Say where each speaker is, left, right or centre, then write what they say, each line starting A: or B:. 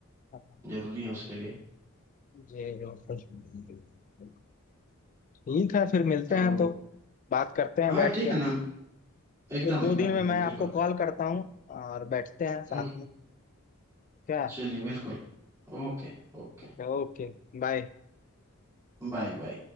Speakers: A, on the left; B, on the right.
A: हाँ,
B: जरूरी है उसके लिए
A: जी बिल्कुल। ठीक है फिर मिलते
B: तो
A: हैं तो बात करते हैं
B: हाँ
A: बैठ
B: ठीक
A: के
B: है ना एकदम
A: एक दो
B: एकदम
A: दिन में
B: एकदम
A: मैं
B: बिल्कुल
A: आपको कॉल करता हूँ और बैठते हैं साथ
B: हम्म हम्म,
A: में क्या
B: चलिए बिल्कुल ओके ओके
A: ठीक है ओके बाय
B: बाय बाय